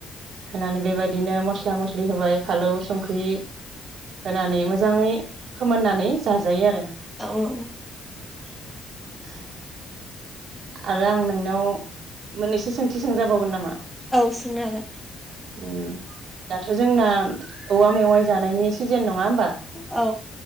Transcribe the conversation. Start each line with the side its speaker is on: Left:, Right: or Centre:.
Right: होनानै बेबाय बिदिनो मस्ला मस्लि होबाय फालौ संख्रि होनानै मोज मोजाङै फोमोननानै जाजायो आरो।
Centre: औ औ
Right: <inaudible> आरो आं नोंनाव मोननैसो सोंथि सोंजाबावगोन नामा?
Centre: औ सोंनो हागोन।
Right: ओम दाथ' जोंना औवा मेवाइ जानायनि सिजेन नङा होमबा
Centre: औ